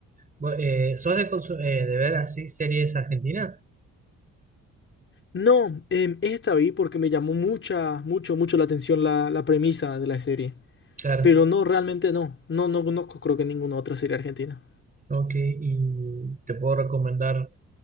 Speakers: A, on the right; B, on the left.
A: Vos, eh, ¿sos de, consu- eh, de ver así series argentinas?
B: No, em, esta vi porque me llamó mucha, mucho, mucho la atención la, la premisa de la serie.
A: Claro.
B: Pero no, realmente no. No, no conozco creo que ninguna otra serie argentina.
A: Ok, y te puedo recomendar,